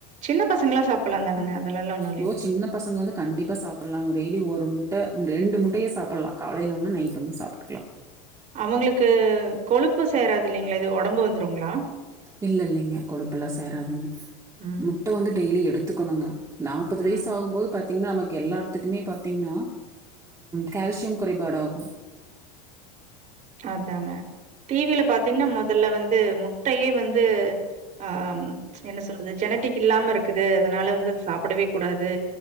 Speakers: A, on the right; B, on the right.
A: சின்ன பசங்களா சாப்பிடலாதானங்க அததெல்லா ஒண்ணு
B: யோ சின்னப் பசங்க வந்து கண்டிப்பா சாப்பலா டெய்லி ஒரு முட்ட ரெண்டு முட்டையை சாப்பல்லா காலையில ஒன்னு நைட்டு வந்து சாப்பிட்டுக்கலா
A: அவங்களுக்கு கொழுப்பு சேராது இல்லைங்களா எது உடம்பு வந்துருங்களா
B: இல்ல இல்லைங்க கொழுப்பெல்லா சேராதுங்க
A: ம்.
B: முட்ட வந்து டெய்லி எடுத்துக்கணுங்க நாற்பது வயசு
A: ம்.
B: ஆகும் போது பத் பாத்தீங்கன்னா நமக் எல்லாத்துக்குமே பாத்தீங்கன்னா கால்சியம் குறைபாடாகு
A: அதாங்க டிவில பாத்தீங்கன்னா முதல்ல வந்து முட்டயே வந்து ஆ என்ன சொல்றது ஜெனட்டிக் இல்லாம இருக்குது அதனால வந்து அது சாப்பிடவே கூடாது